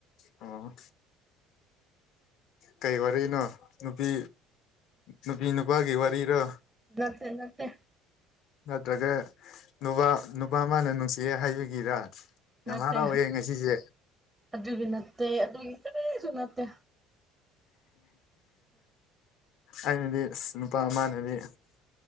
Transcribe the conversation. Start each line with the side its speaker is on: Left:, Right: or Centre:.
Left: ꯑ ꯀꯩ ꯋꯥꯔꯤꯅꯣ ꯅꯨꯄꯤ ꯅꯨꯄꯤ ꯅꯨꯄꯥꯒꯤ ꯋꯥꯔꯤꯔꯣ
Right: ꯅꯠꯇꯦ ꯅꯠꯇꯦ
Left: ꯅꯠꯇ꯭ꯔꯒ ꯅꯨꯨꯕ ꯅꯨꯄꯥ ꯃꯥꯅꯦꯅꯨꯡ ꯏꯦ ꯍꯥꯏꯕꯒꯤꯔ ꯌꯥꯝ
Right: ꯅꯠꯇꯦ
Left: ꯍꯔꯥꯎꯋꯦ ꯉꯁꯤꯁꯦ
Right: ꯑꯗꯨꯒꯤ ꯅꯠꯇꯦ ꯑꯗꯨꯒꯤ ꯀꯔꯤꯁꯨ ꯅꯠꯇꯦ
Left: ꯑꯩꯅꯗꯤ ꯅꯨꯄꯥꯃꯅꯦꯗꯤ